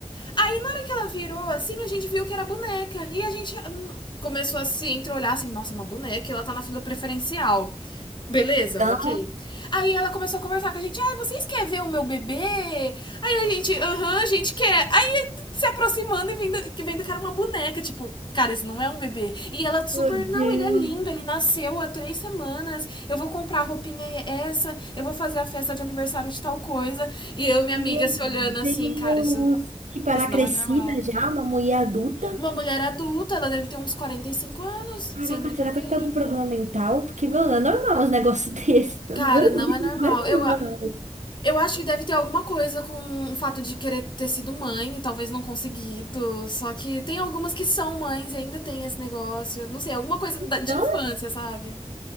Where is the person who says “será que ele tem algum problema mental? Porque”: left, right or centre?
Right